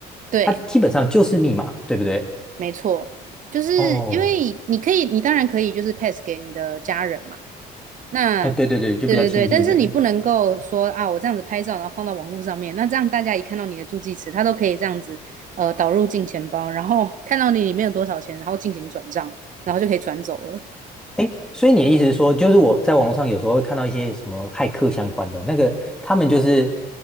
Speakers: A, on the right (about 50°); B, in the centre.
A: 对，
B: 它基本上就是密码，对不对？
A: 没错，就是因为你可以，
B: 哦，
A: 你当然可以就是 pass 给你的家人嘛。那
B: 啊，对对对，就比较亲近的人。
A: 对对对，但是你不能够说啊，我这样子拍照，然后放到网络上面，那这样大家一看到你的助记词，他都可以这样子呃导入进钱包，然后看到你里面有多少钱，然后进行转账，然后就可以转走了。
B: 诶，所以你的意思是说，就是我在网络上有时候会看到一些什么骇客相关的那个，他们就是